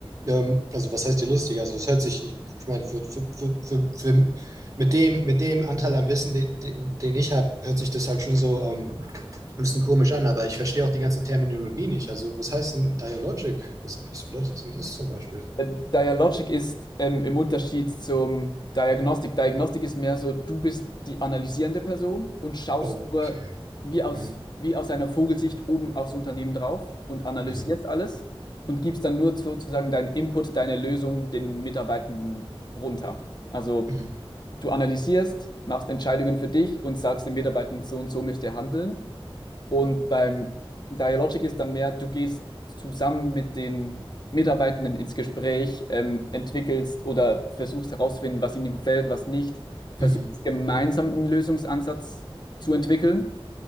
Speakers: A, on the right; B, on the left.
A: ähm, also was heißt hier lustig? Also, es hört sich, ich meine, für, für, für, für, für, mit dem, mit dem Anteil an Wissen, den, den den ich habe, hört sich das halt schon so ähm, ein bisschen komisch an, aber ich verstehe auch die ganze Terminologie nicht. Also, was heißt denn Dialogic? Was, was bedeutet denn das zum Beispiel?
B: Äh, Dialogic ist ähm, im Unterschied zum Diagnostik. Diagnostik ist mehr so, du bist die analysierende Person und schaust
A: Okay.
B: nur wie aus,
A: Mhm.
B: wie aus einer Vogelsicht oben aufs Unternehmen drauf und analysierst
A: Mhm.
B: alles und gibst dann nur sozusagen deinen Input, deine Lösung den Mitarbeitenden runter. Also
A: Mhm.
B: du analysierst, machst Entscheidungen für dich und sagst den Mitarbeitenden, so und so müsst ihr handeln Und beim Dialogic ist dann mehr, du gehst zusammen mit den Mitarbeitenden ins Gespräch, ähm, entwickelst oder versuchst herauszufinden, was ihnen gefällt, was nicht, versuchst
A: Mhm.
B: gemeinsam einen Lösungsansatz zu entwickeln